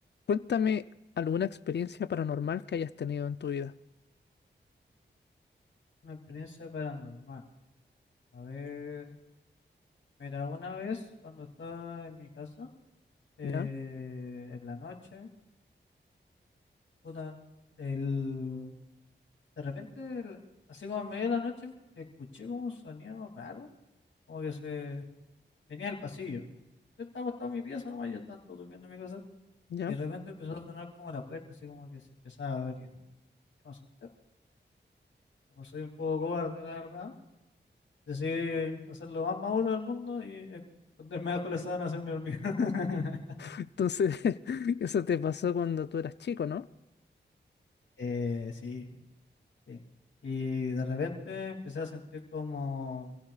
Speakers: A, on the left; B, on the left.
A: Cuéntame alguna experiencia paranormal que hayas tenido en tu vida,
B: Una experiencia paranormal. A ver, mira, una vez cuando estaba en mi casa, eh,
A: ¿ya?
B: en la noche, puta, el, de repente, el- así como en medio de la noche, escuché como un sonido raro, como que se venía del pasillo. Yo estaba acostado en mi pieza, nomás yo estaba durmiendo en mi casa,
A: ¿Ya?
B: y de repente empezó a sonar como la puerta, así como que se empezaba a abrir. Yo me asusté, como soy un poco cobarde, la verdad, decidí hacer lo más maduro del mundo y esconderme <laughs> bajo la sábana a hacerme dormir. <laughs>
A: Entonces, <laughs> eso te pasó cuando tú eras chico, ¿no?
B: Eh, sí, sí. Y de repente empecé a sentir como,